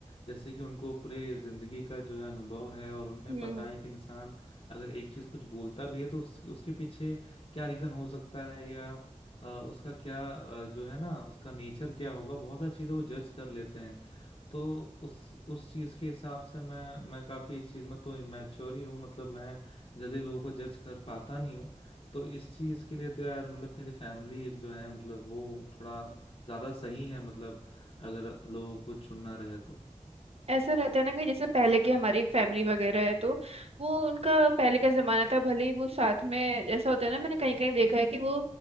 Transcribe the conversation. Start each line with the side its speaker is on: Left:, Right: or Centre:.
Left: जैसे कि उनको पूरे जिंदगी का जो है अनुभव है और उन्हें
Right: हम्म
Left: पता है कि इंसान अगर एक चीज कुछ बोलता भी है तो उस, उसके पीछे क्या रीजन हो सकता है या अ, उसका क्या अ, जो है ना उसका नेचर क्या होगा बहुत सारी चीजें वो जज कर लेते हैं तो उस उस चीज के हिसाब से मैं मैं काफी इस चीज में तो इमेच्योर ही हूँ मतलब मैं जल्दी लोगों को जज कर पाता नहीं हूँ तो इस चीज के लिए तो यार मतलब मेरी फैमिली जो है मतलब वो थोड़ा ज्यादा सही है मतलब अगर लोगों को चुनना रहे तो
Right: ऐसा रहता है ना कि जैसे पहले की हमारी फैमिली वगैरह है तो वो उनका पहले का जमाना था भले ही वो साथ में ऐसा होता है ना मैंने कहीं कहीं देखा है कि वो